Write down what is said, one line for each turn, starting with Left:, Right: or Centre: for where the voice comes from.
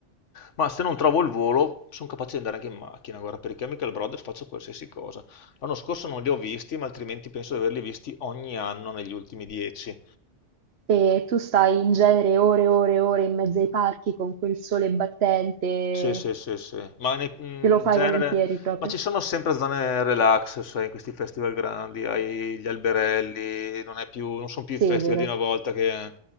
Left: ma se non trovo il volo sono capace di andare anche in macchina, guarda, per i Chemical Brothers faccio qualsiasi cosa. L'anno scorso non li ho visti, ma altrimenti penso di averli visti ogni anno negli ultimi dieci.
Right: E tu stai in genere ore e ore e ore in mezzo ai parchi con quel sole battente,
Left: Sì, sì, sì, sì. Ma nei- in
Right: te lo fai
Left: genere,
Right: volentieri proprio.
Left: ma ci sono sempre zone relax, sai, in questi festival grandi, hai gli alberelli, non è più- non sono più i
Right: Severo.
Left: festival di una volta che